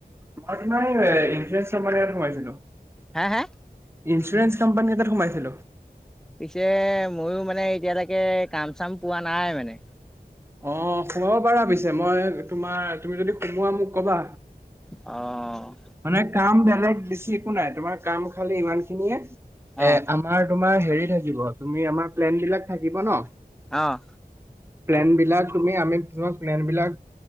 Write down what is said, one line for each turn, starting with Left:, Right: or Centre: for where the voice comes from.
Right: মই তোমাৰ ইনভেষ্টমেণ্ট সোমাইছিলো
Centre: হা হা
Right: ইঞ্চুৰেঞ্চ কোম্পানী এটাত সোমাইছিলোঁ।
Centre: পিছে ময়ো মানে এতিয়ালৈকে কাম চাম পোৱা নাই মানে।
Right: অ সোমাবা পাৰা পিছে মই তোমাৰ তুমি যদি সোমোৱা মোক কবা।
Centre: অ',
Right: মানে কাম বেলেগ দিছিল একো নাই তোমাৰ কাম খালি ইমান খিনিয়ে এ
Centre: অ',
Right: আমাৰ তোমাৰ হেৰি থাকিব তুমি আমাৰ প্লেন বিলাক থাকিব ন
Centre: অহ
Right: প্লেন বিলাক তুমি আমি পিছত ছ প্লেন বিলাক